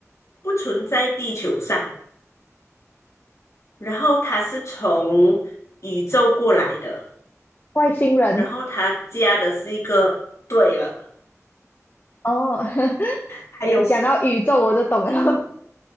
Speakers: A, on the left; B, on the left.
A: 不存在地球上，然后它是从宇宙过来的，
B: 外星人。
A: 然后它加的是一个对了，
B: 哦，<laughs>
A: 还有
B: 你讲到宇宙我就懂了，
A: 嗯，